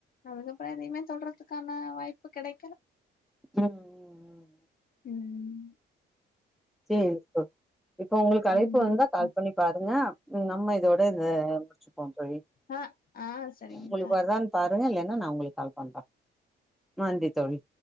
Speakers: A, on the left; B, in the centre.
A: அதுக்கப்றோ எதையுமே தொட்றதுக்கான வாய்ப்பு கெடைக்கல
B: ம் ம் ம்
A: ம்
B: சேரி போ இப்போ உங்களுக்கு
A: சரிங்கக்கா.
B: அழைப்பு வந்தா கால் பண்ணி பாருங்க நம்ம இதோட இத முடிச்சுப்போ தோழி
A: ஆ, ஆ சரிங்கக்கா.
B: உங்களுக்கு வருதான் பாருங்க இல்லன்னா நா உங்களுக்கு கால் பண்ற நன்றி தோழி